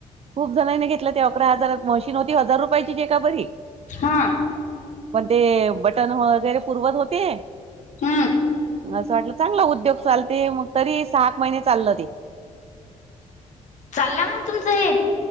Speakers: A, on the right; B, on the left.
A: खूप जणांनी घेतलं ते अकरा हजार मशीन होती हजार रुपयाची जे का बरी
B: हा
A: पण ते बटन वगैरे पुरवत होते.
B: हम्म
A: असं वाटलं चांगलं उद्योग चालते मग तरी सहात महिने चाललं ते,
B: चालला मग तुमचं हे,